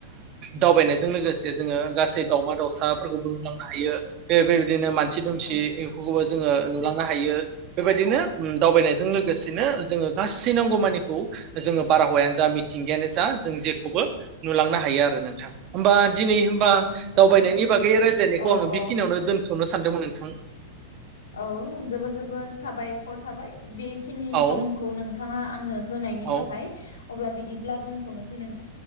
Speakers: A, on the right (about 40°); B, on the left (about 80°).
A: दावबायनायजों लोगोसे जोङो गासै दावमा दाउसाफोरखौ नुलांनो हायो बे बेबायदिनो मानसि दुम सि
B: औ
A: इफोरखौबोज जोङो नुलांनो हायो बेबायदिनो उम दावबायनायजों
B: औ
A: लोगोसेनो जोङो गासै नांगौ मानिखौ जोङो बारहावायानो जा मिथिंगायानो जा जों जेखौबो नुलांनो हायो आरो नोंथां ओमबान दिनै होमबा
B: औ नंगौ
A: दावबायनायनि
B: नोंथां
A: बागै रायज्लायनायखौ
B: औ
A: आङो
B: औ
A: बेखिनियावनो दोन थसनो सानदोंमोन नोंथां। आं
B: औ जोबोर जोबोर साबायखर थाबाय बेखिनि
A: औ
B: समखौ नोंथाङा आंनो होनायनि
A: औ
B: थाखाय अब्ला बिदिब्ला दोनथ'नोसै नों